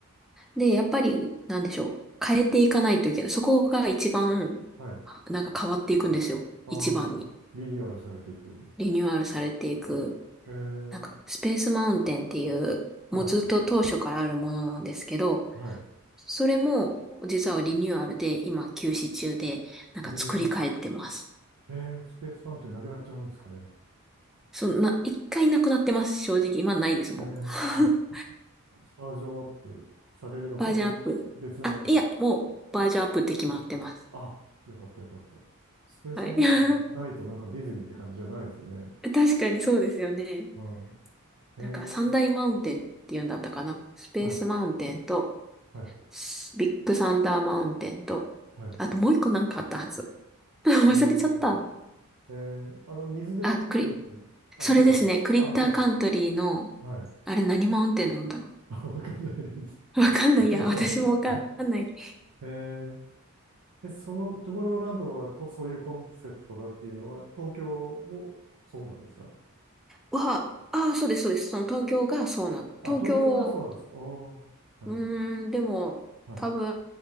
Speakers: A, in the centre; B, on the right.
A: で、やっぱり、なんでしょう。変えていかないといけない。そこが一番、
B: はい。
A: なんか変わっていくんですよ。
B: あー、
A: 一番に。
B: リニューアルされていく。
A: リニューアルされていく。
B: えー、
A: なんか、スペースマウンテンっていう、もうずっと当初からあるものなんですけど、
B: はい、はい。
A: それも実はリニューアルで今休止中で、なんか作り変えてます。
B: えー、えー、スペースマウンテンなくなっちゃうんですかね。
A: そんな、一回なくなってます。正直、今ないです、も
B: えー、あ、
A: う。
B: バージョンアップされるのか、
A: <laughs> バージョンアップ。
B: べ、別のものか。
A: あ、いや、もうバージョンアップって決まってます。
B: あ、よかった、よかった。スペースマウンテンないとなんかディズニーって感じじゃないですよね。
A: はい。<laughs> 確かにそうですよね。
B: はい。
A: なんか三大マウンテンって言うんだったかな。
B: えー、
A: スペースマウンテンと、
B: はい、はい、
A: スビッグサンダーマウンテンと、
B: はい。
A: あともう一個なんかあったはず。<laughs> 忘れちゃった。
B: あーえー、あの、水で落ちるやつ。
A: あ、クリ、
B: あ、
A: それですね。
B: 違うか。
A: クリッターカントリーの、
B: あ、そうですはい。
A: あれ何マウンテンなんだろ
B: <laughs> あ、わかんないです。
A: う。<laughs> わかんないいや。
B: <laughs>
A: 私もわかんない。
B: えー、で、その、トゥモローランドはこ、そういうコンセプトだっていうのは、東京もそうなんですか
A: は、ああ、そうです、そうです。その東京がそうなの。
B: あ、
A: 東京、
B: 東京がそうなんですかおー、なるほど。
A: うーん、でも、
B: はい。
A: 多分、